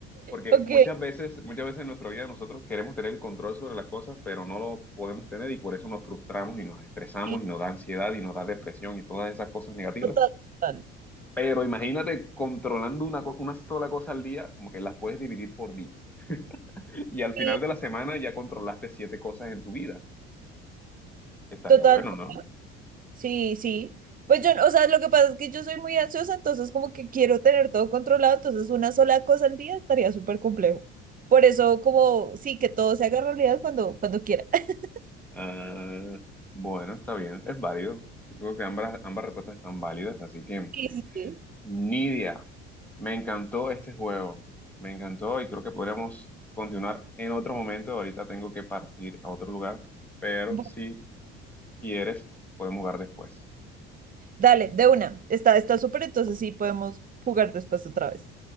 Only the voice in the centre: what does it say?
porque
muchas veces, muchas veces en nuestra vida nosotros queremos tener el control sobre las cosas, pero no lo podemos tener y por eso nos frustramos y nos estresamos
y nos da ansiedad y nos da depresión y todas esas cosas negativas.
Pero imagínate controlando una, co- una sola cosa al día, como que las puedes dividir por días. <laughs> Y al final
de la semana ya controlaste siete cosas en tu vida. Estaría
bueno, ¿no?
Ah, bueno, está bien, es válido. Yo creo que ambas, ambas respuestas están válidas, así que,
Nidia, me encantó este juego. Me encantó y creo que podríamos continuar en otro momento. Ahorita tengo que partir a otro lugar, pero
si quieres, podemos jugar después.